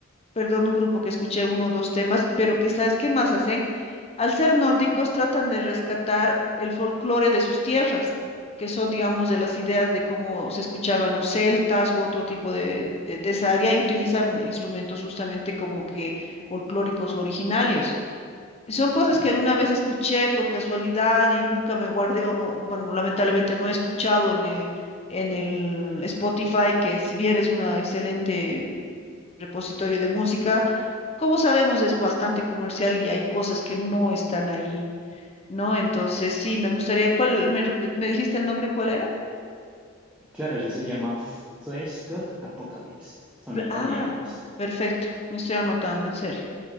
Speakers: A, on the left (about 30°); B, in the centre.
A: perdón, un grupo que escuché uno o dos temas, pero que sabes qué más hacen. Al ser nórdicos, tratan de rescatar el folclore de sus tierras, que son, digamos, de las ideas de cómo se escuchaban los celtas u otro tipo de, de, de esa área, y utilizan instrumentos justamente como que folclóricos originarios. Son cosas
B: Mm.
A: que alguna vez escuché por casualidad y nunca me guardé o no, bueno, lamentablemente no he escuchado en el, en el Spotify, que si bien es un excelente repositorio de música, como sabemos es bastante comercial y hay cosas que no están ahí, ¿no? Entonces sí, me gustaría, ¿cuál, me, rep- me dijiste el nombre, cuál era?
B: Claro, ese se llama F- Flesh God Apocalypse. Son
A: Pla-
B: italianos.
A: Ah, perfecto, me estoy anotando, en serio.